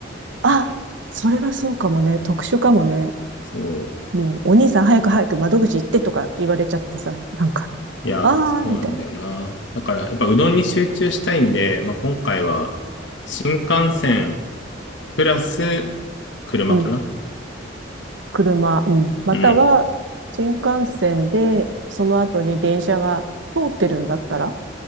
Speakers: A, on the right; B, on the left.
A: あ、それはそうかもね。特殊かもね。
B: そう。
A: もう、お兄さん早く早く窓口行ってとか言われちゃってさ、なんか、
B: いや、
A: あーみたいな。
B: そうなんだよな。だから、やっぱうどんに集中したいんで、まあ、今回は、新幹線、プラス、車かな。
A: うん。車、うん。または、
B: うん。
A: 新幹線で、その後に電車が通ってるんだったら、